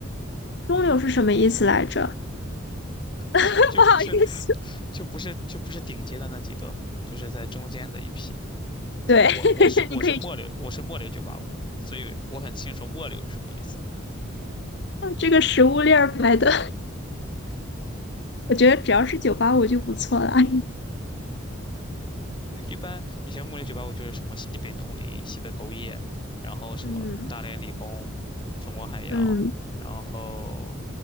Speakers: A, on the left; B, on the left.
A: 中流是什么意思来着？
B: <laughs>
A: <laughs>
B: 就不是，
A: 不好意思，
B: 就不是就不是顶尖的那几个，就是在中间的一批。
A: 对，
B: 我我是我是末流，
A: <laughs> 你可以
B: 我是末流九八五，所以我很清楚末流是什么意思啊。
A: 这个食物链儿买的，我觉得只要是九八五就不错了。<laughs>
B: 一般你像木林酒吧，我就是什么西北农林、西北工业，然后什么大连理工、
A: 嗯
B: 中国海洋，
A: 嗯
B: 然后